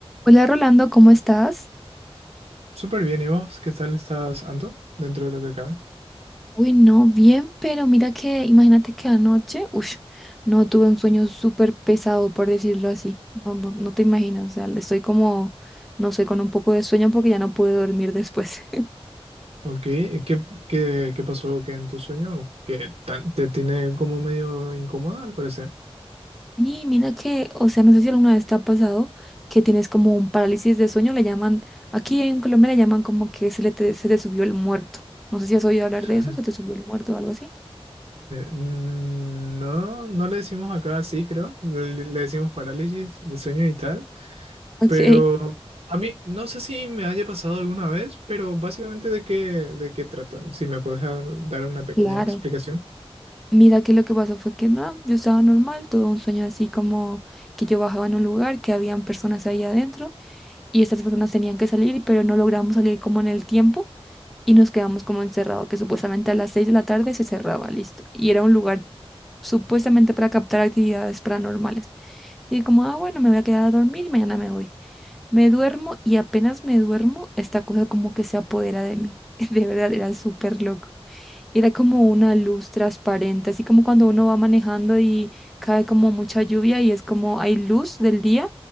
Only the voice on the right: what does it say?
Súper bien, ¿y vos? ¿Qué tal estás, Anto? Dentro de lo que cabe.
Ok, ¿y ¿qué, qué, qué pasó que en tu sueño? Que tan- te tiene como medio incómoda al parecer.
<laughs>
No, no le decimos acá así, creo. Le, le decimos parálisis de sueño y tal.
Pero a mí, no sé si me haya pasado alguna vez, pero básicamente de qué, de qué tratan. Si me puedes dar, dar una pequeña
explicación.